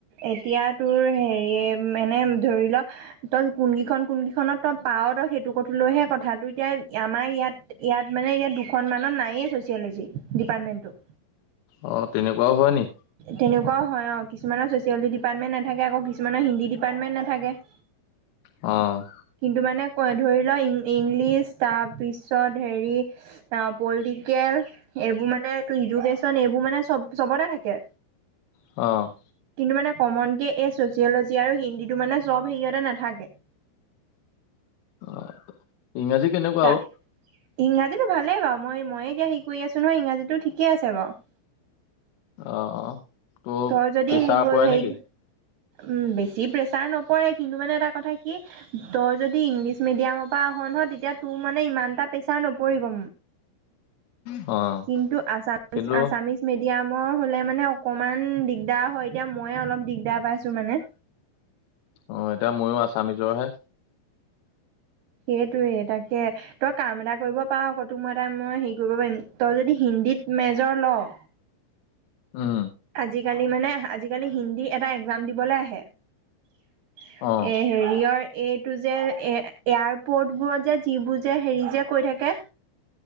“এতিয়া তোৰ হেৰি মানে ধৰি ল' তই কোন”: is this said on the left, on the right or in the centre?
Right